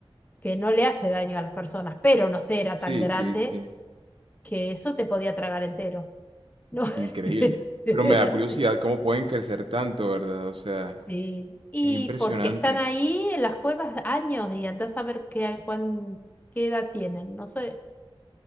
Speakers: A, on the left (about 15°); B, on the right (about 65°).
A: que no le hace daño a las personas, pero no sé, era
B: Sí,
A: tan grande
B: sí, sí.
A: que eso te podía tragar entero. No.
B: Increíble.
A: <laughs> Era
B: Pero me da curiosidad
A: así.
B: cómo pueden crecer tanto, ¿verdad? O sea,
A: Sí. Y
B: es impresionante.
A: porque están ahí en las cuevas años y andás a ver qué, cuán, qué edad tienen. No sé,